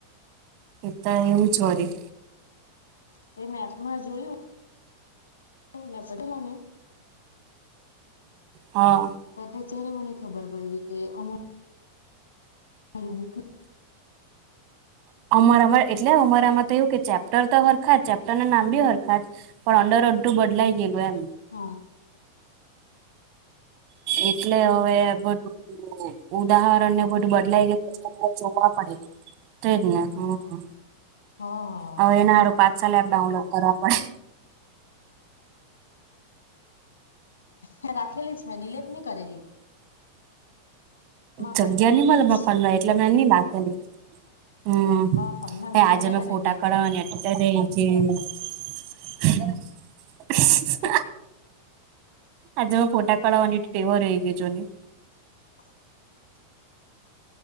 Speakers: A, on the right; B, on the left.
A: પિતા એવું જ હોરી.
B: તે મેપમાં જોયું. નેપટેલાને.
A: હા.
B: જ્યારે મને ખબર પડીડી કે અ હ બુક
A: અમારા એટલે અમારામાં તો એયું કે ચેપ્ટર તો હરખા જ ચેપ્ટર ના નામ બી હરખા જ. પણ અંડર અડધું બદલાઈ ગેલુ એમ.
B: હા.
A: એટલે હવે બધું ઉદાહરણ ને બધું બદલાઈ ગય જોવા પડે, ટ્રેનને હમ.
B: હા.
A: હવે એના હારું પાચ સાલ એપ ડાઉનલોડ કરવા પડે.
B: મેં રાખેલીસ મેં ડીલેટ ની કરેલી. એમાં
A: જગ્યા
B: પર તો
A: ની
B: હતી
A: મલે મારા
B: જ
A: ફોન માં એટલે મેં ની લાખેલી. હમ,
B: માં ફોનમાં બી
A: એ
B: ની
A: આજે
B: મલે
A: મે ફોટા
B: તા ગેમ
A: કઢવાની હતી એટ રેય ગય. <unintelligible> આજે હું ફોટા કળવાની ટેહોરઈ ગઈ જોની.
B: <inaudible>